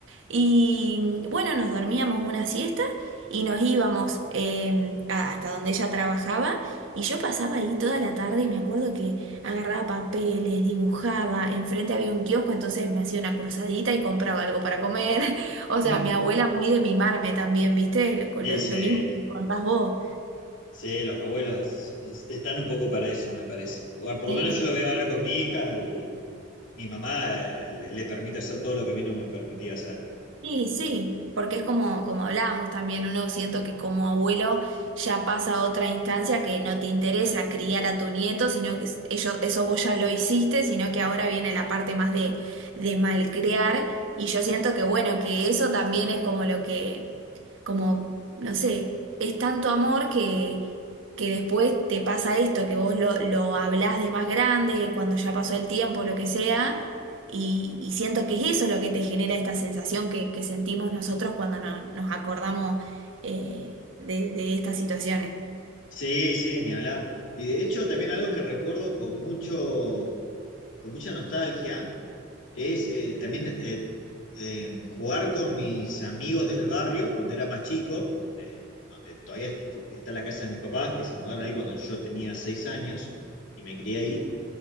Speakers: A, on the right; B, on the left.
A: Y bueno, nos dormíamos una siesta y nos íbamos eh, a- hasta donde ella trabajaba y yo pasaba ahí toda la tarde y me acuerdo que agarraba papeles, dibujaba, enfrente había un kiosco, entonces me hacía una cruzadita y compraba algo para comer. <laughs> O
B: <laughs>
A: sea, mi abuela muy de mimarme también, ¿viste? Lo,
B: Y
A: lo-
B: sí,
A: lo mismo que contás vos.
B: sí, los abuelos están un poco para eso, me parece. O por
A: Eh,
B: lo menos yo lo veo ahora con mi hija y mi mamá eh, le, le permite hacer todo lo que a mí no me permitía hacer, digamos.
A: Sí, sí, porque es como, como hablábamos también, uno siento que como abuelo ya pasa a otra instancia que no te interesa criar a tu nieto, sino que es- ellos, eso vos ya lo hiciste, sino que ahora viene la parte más de, de malcriar, y yo siento que bueno, que eso también es como lo que, como, no sé, es tanto amor que, que después te pasa esto, que vos lo, lo hablás de más grande, cuando ya pasó el tiempo, lo que sea y, y siento que es eso lo que te genera esta sensación que, que sentimos nosotros cuando no- nos acordamos eh, de, de estas situaciones.
B: Sí, sí, ni hablar. Y de hecho también algo que recuerdo con mucho con mucha nostalgia es eh, también eh, eh, jugar con mis amigos del barrio cuando era más chico, eh, donde todavía est- está la casa de mis papás, que se mudaron ahí cuando yo tenía seis años y me crié ahí.